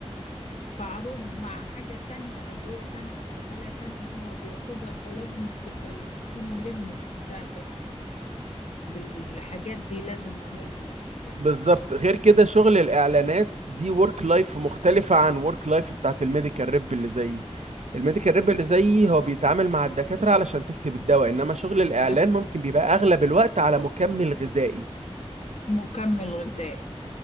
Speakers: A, on the left; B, on the right.
A: تعارض مع حاجة تانية أدوية تانية أو حالة تانية هو بياخدها فلازم تبقى في ملم بتاع ده بالحاجات دي لازم مهم بالحاجات دي
B: بالظبط غير كده شغل الإعلانات دي ورك لايف مختلفة عن ورك لايف بتاعت الميديكال ريب اللي زيي الميديكال ريب اللي زيي هو بيتعامل مع الدكاترة علشان تكتب الدواء إنما شغل الإعلان
A: أكل
B: ممكن بيبقى أغلب الوقت على مكمل غذائي
A: مكمل غذائي